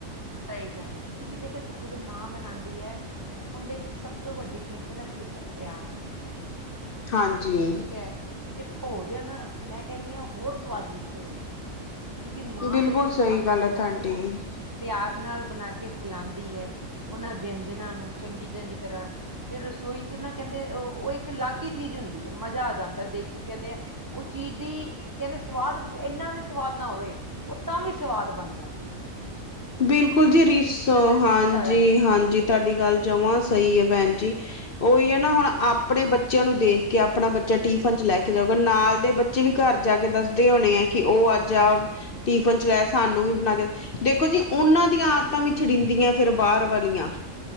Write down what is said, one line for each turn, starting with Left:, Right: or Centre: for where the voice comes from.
Right: ਸਹੀ ਗੱਲ ਐ, ਕਿਉਂਕਿ ਦੇਖੋ ਜਦੋਂ ਇਕ ਮਾਂ ਬਣਾਂਦੀ ਐ ਉਹਦੇ ਵਿੱਚ ਸਭ ਤੋਂ ਵੱਡੀ ਚੀਜ਼ ਪਤਾ ਕੀ ਹੁੰਦਾ, ਪਿਆਰ।
Left: ਹਾਂਜੀ।
Right: ਠੀਕ ਐ। ਤੇ ਭੋਜਨ ਮੈਂ ਕਹਿੰਨੀ ਆਂ, ਹੋਰ ਸਵਾਦਿਸ਼ਟ ਹੋ ਜਾਂਦਾ। ਕਿਉਂਕਿ ਮਾਂ
Left: ਬਿਲਕੁਲ
Right: ਜਦੋਂ
Left: ਸਹੀ
Right: ਆਪਣੇ
Left: ਗੱਲ ਹੈ
Right: ਬੱਚੇ
Left: ਤੁਹਾਡੀ।
Right: ਨੂੰ ਪਿਆਰ ਨਾਲ ਬਣਾ ਕੇ ਖਿਲਾਂਦੀ ਐ ਉਹਨਾਂ ਵਿਅੰਜਨਾਂ ਨੂੰ ਚੰਗੀ-ਚੰਗੀ ਤਰ੍ਹਾਂ, ਤੇ ਰਸੋਈ ਚ ਨਾ ਕਹਿੰਦੇ ਉਹ ਇੱਕ ਅਲੱਗ ਹੀ ਚੀਜ਼ ਹੁੰਦੀ ਏ, ਮਜ਼ਾ ਆ ਜਾਂਦਾ ਦੇਖ ਕੇ ਕਹਿੰਦੇ। ਉਹ ਚੀਜ਼ ਦੀ ਕਹਿੰਦੇ, ਸਵਾਦ ਇੰਨਾ ਵੀ ਸਵਾਦ ਨਾ ਹੋਵੇ। ਉਹ ਤਾਂ ਵੀ ਸਵਾਦ ਬਣ ਜਾਂਦੀ ਐ।
Left: ਬਿਲਕੁਲ ਜੀ ਰੀਸੋ,
Right: ਕਿ
Left: ਹਾਂਜੀ-
Right: ਮਜ਼ਾ ਆ ਜਾਏਗਾ
Left: ਹਾਂਜੀ। ਤੁਹਾਡੀ ਗੱਲ ਜਵਾਂ ਸਹੀ ਐ ਭੈਣ ਜੀ, ਉਹੀ ਐ ਨਾ ਹੁਣ ਆਪਣੇ ਬੱ ਬੱਚਿਆਂ ਨੂੰ ਦੇਖ ਕੇ ਆਪਣਾ ਬੱਚਾ ਟਿਫਨ ਚ ਲੈ ਕੇ ਜਾਊਗਾ, ਨਾਲ ਦੇ ਬੱਚੇ ਵੀ ਘਰ ਜਾ ਕੇ ਦੱਸਦੇ ਹੋਣੇ ਆ, ਕਿ ਉਹ ਅੱਜ ਜਾਂ ਟਿਫਨ ਚ ਲੈ ਸਾਨੂੰ ਵੀ ਬਣਾ ਕੇ, ਦੇਖੋ ਜੀ ਉਹਨਾਂ ਦੀਆਂ ਆਦਤਾਂ ਵੀ ਛੜੀਦੀਆਂ, ਫਿਰ ਬਾਹਰ ਵਾਲੀਆਂ।